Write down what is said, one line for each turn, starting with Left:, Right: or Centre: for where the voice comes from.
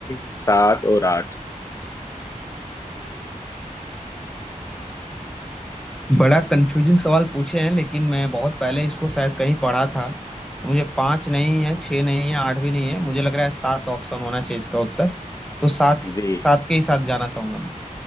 Left: सात और आठ
Centre: बड़ा कंफ्यूजिंग सवाल पूछे हैं लेकिन मैं बहुत पहले इसको शायद कहीं पढ़ा था मुझे पांच नहीं है छह नहीं है आठ भी नहीं है मुझे लग रहा है सात ऑप्शन होना चाहिए इसका उत्तर तो सात
Left: जी
Centre: सात के ही साथ जाना चाहूंगा